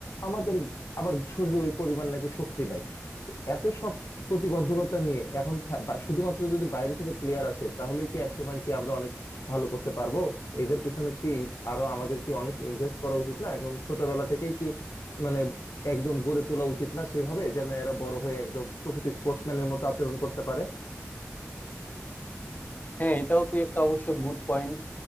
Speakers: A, on the left (about 85°); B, on the left (about 35°).
A: আমাদের আবার শরীরে ওই পরিমাণ নাকি শক্তি নাই তো এত সব প্রতিবন্ধকতা নিয়ে এখন থা- বা- শুধুমাত্র যদি বাইরে থেকে প্লেয়ার আসে তাহলে কি একসময় কি আমরা অনেক ভালো করতে পারবো এদের পিছনে কি ইন- আরো আমাদের কি অনেক ইনভেস্ট করা উচিত না এখন ছোটবেলা থেকেই কি মানে একদম গড়ে তোলা উচিত না সেভাবে যেন এরা বড় হয়ে একদম প্রকৃত স্পোর্টসম্যানের মতো আচরণ করতে পারে
B: হ্যাঁ এটাও তুই একটা অবশ্য গুড পয়েন্ট